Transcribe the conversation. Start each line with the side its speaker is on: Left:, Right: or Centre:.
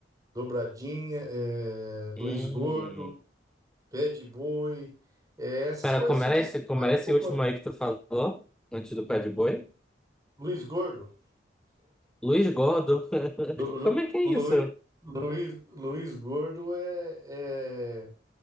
Right: dobradinha, é, Luiz
Centre: Hum.
Right: Gordo, pé de boi, é, essas
Centre: Pera,
Right: coisas
Centre: como
Right: assim
Centre: era
Right: que
Centre: esse,
Right: são
Centre: como era
Right: um
Centre: esse
Right: pouco
Centre: último
Right: mais.
Centre: aí que tu falou? Antes do pé de boi?
Right: Luiz Gordo,
Centre: Luiz Gordo. <laughs>
Right: Lu-
Centre: Como é que é
Right: Lu-
Centre: isso?
Right: Luiz, Luiz, Gordo é, é